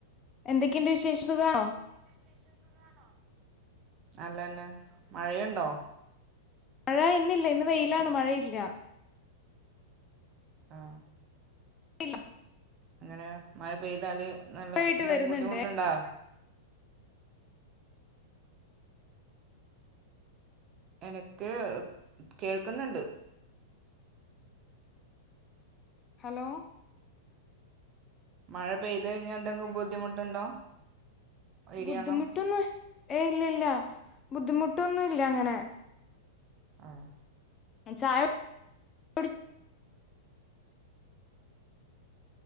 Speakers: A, on the left; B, on the right.
A: എന്തൊക്കെണ്ട് വിശേഷം സുഖാണോ
B: <unintelligible> നല്ലന്നെ മഴയുണ്ടോ
A: മഴ ഇന്നില്ല. ഇന്ന് വെയിലാണ് മഴയില്ല
B: ആഹ്
A: ഇല്ല
B: എങ്ങനെയാ മയ പെയ്താല് ന്ന്ള്ളേ
A: യിട്ട്
B: എന്തേലും
A: വരുന്നുണ്ടേ
B: ബുദ്ധിമുട്ടുണ്ടോ എനക്ക് കേൾക്കുന്നുണ്ട്
A: ഹലോ
B: മഴ പെയ്ത് കഴിഞ്ഞ എന്തെങ്കിലും ബുദ്ധിമുട്ടുണ്ടോ ഏരിയാണോ
A: ബുദ്ധിമുട്ടൊന്നും ഏയ്‌ ഇല്ല ല്ല. ബുദ്ധിമുട്ടൊന്നും ഇല്ല അങ്ങനെ
B: ആഹ്
A: ഞാൻ ചായ കുടിച്ചോ?